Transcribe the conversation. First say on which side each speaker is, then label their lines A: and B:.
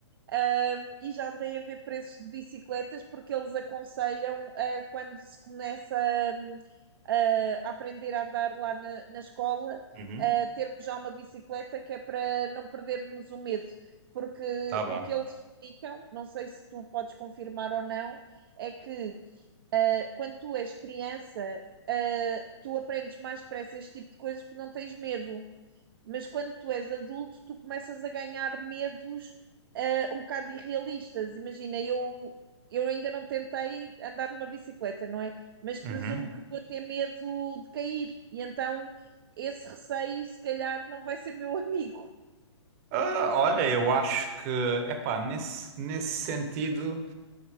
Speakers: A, on the right; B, on the right.
A: Um, e já andei a ver preços de bicicletas porque eles aconselham, uh, quando se começa um, uh, a aprender a andar lá na, na escola,
B: uhum,
A: uh, termos já uma bicicleta que é para não perdermos o medo, porque
B: tá bom.
A: o que eles explicam, não sei se tu podes confirmar ou não, é que uh, quando tu és criança, uh, tu aprendes mais depressa este tipo de coisas porque não tens medo. Mas quando tu és adulto, tu começas a ganhar medos eh, um bocado irrealistas. Imagina, eu, eu ainda não tentei andar numa bicicleta, não é? Mas presumo
B: Uhum.
A: que vou ter medo de cair. E então esse receio, se calhar, não vai ser meu <laughs> amigo.
B: Ah, olha, eu acho que, epá, nesse, nesse sentido,